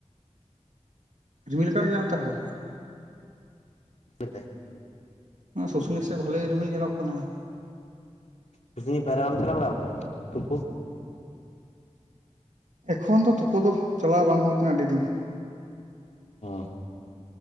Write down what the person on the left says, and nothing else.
ᱩᱠᱷᱟᱹᱲ ᱮᱫᱟᱭ,
ᱥᱩᱥᱱᱤ ᱯᱟᱭᱨᱟᱢ ᱪᱟᱞᱟᱣ ᱵᱟᱲᱟᱣ ᱟᱠᱟᱱᱟ, ᱛᱩᱯᱩ?
ᱦᱩᱸ,